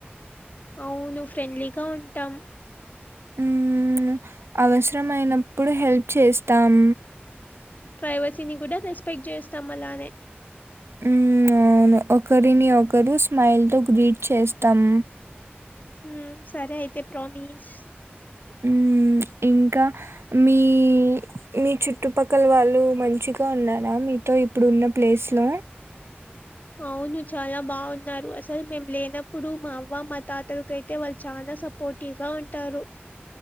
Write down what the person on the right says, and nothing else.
ఉమ్ అవసరం అయినప్పుడు హెల్ప్ చేస్తాం
ఉమ్ అవును ఒకరిని ఒకరు స్మైల్ తో గ్రీట్ చేస్తాం
ఉమ్ ఇంకా మీ మీ చుట్టుపక్కల వాళ్ళు మంచిగా ఉన్నారా మీ తో ఇప్పుడు ఉన్న ప్లేస్ లో